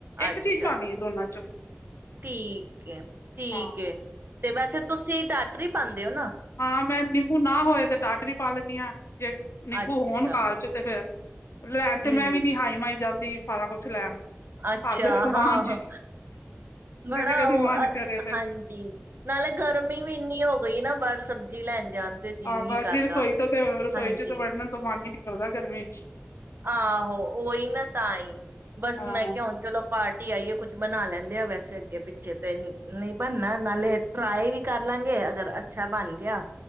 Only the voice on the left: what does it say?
ਇੱਕ
ਚੀਜ਼ ਪਾਣੀ ਹੈ ਦੋਨਾਂ ਚ।
ਹਾਂ-ਹਾਂ
ਹਾਂ ਮੈਂ ਨਿੰਬੂ ਨਾ ਹੋਏ ਤੇ ਟਾਡਰੀ ਪਾ ਲੈਂਨੀ ਆ। ਜੇ ਨਿੰਬੂ
ਹੋਣ ਪਾਲ ਚ ਤੇ ਫੇਰ ਲੈਣ ਤੇ ਮੈਂ
ਵੀ ਨੀ ਹਾਈ ਮਾਈ ਜਾਂਦੀ ਸਾਰਾ ਕੁਛ ਲੈਣ।
ਘਰ ਦੇ ਸਮਾਨ
ਚ
ਕਦੀ-ਕਦੀ
ਮਨ ਕਰੇ
ਤੇ
ਆ
ਬਸ
ਜੀ ਰਸੋਈ ਤੋਂ ਤੇ ਰਸੋਈ
ਚ ਤੇ ਵੜਨ ਤੋਂ ਮਨ ਹੀ ਨੀ ਲਦਾ ਗਰਮੀ ਵਿੱਚ
ਹਾਂ